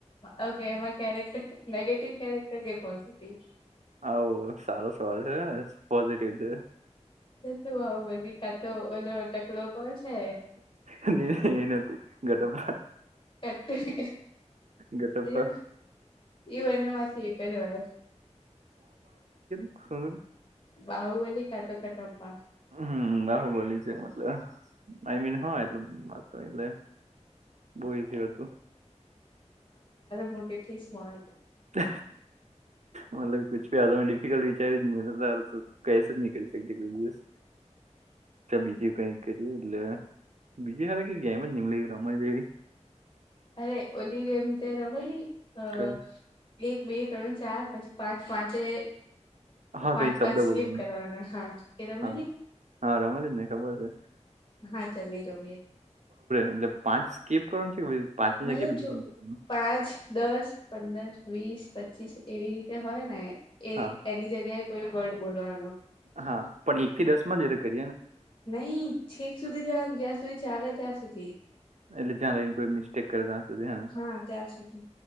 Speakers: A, on the left; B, on the right.
A: ઓકે એમાં કેરેક્ટર નેગેટિવ કેરેક્ટર કે પોઝિટિવ
B: આવ સારો સવાલ છે ને પોઝિટિવ છે
A: આવું બહૂબલી કાતો ઓ ટકલો કોણ છે
B: એ નથી કટ્ટપા
A: એકદમ
B: ગટપ્પા
A: એમ એવું એમના માંથી એક જ હોય
B: શ્
A: બાહુબલી કા તો કટ્ટપા
B: હમ બાહુબલી છે મતલબ આઈ મીન હા એટલ એટલે બહુ ઇઝી હતું
A: મુકેશ મા
B: તો મતલબ પછી આ ડિફિકલ્ટ વિચારધારા તમે કેક <unintelligible> નીકળતી કોઈ દિવસ બીજું કઈક કરીએ એટલે બીજે ખરે કે ગેમ અજ નહી એમ રમાઈ જેવી
A: અરે ઓલી ગેમ તે રમલી અ
B: કઈ
A: એક બે ત્રણ ચાર પછી પાંચ પાંચે
B: હા
A: પાંચ
B: કઈ શબ્દ
A: પાંચ સ્કીપ
B: બોલવાનો
A: કરવાના હા એ રમાલી
B: હા હા રમલી જ ને ખબર છે
A: હા ચાલ એ રમીએ
B: એટલે પાંચ સ્કીપ કરવાનું છે કે પાંચની
A: મતલબ
B: જગ્યા બીજું
A: જો
B: કઈ કરવાનું
A: પાંચ દસ દસ પંદર વીસ પચીસ એવી રીતે હોય ને એ
B: હા
A: એની જગ્યાએ કોઈ વર્ડ બોલવાનો
B: હા પણ એક થી દસ માં જ કરી
A: નહી છેક સુધી જ જ્યાં સુધી ચાલે ત્યાં સુધી
B: એટલે ત્યાં લાગીને કોઈ મિસ્ટેક કરે ત્યાં સુધી હે ને
A: હા ત્યાં સુધી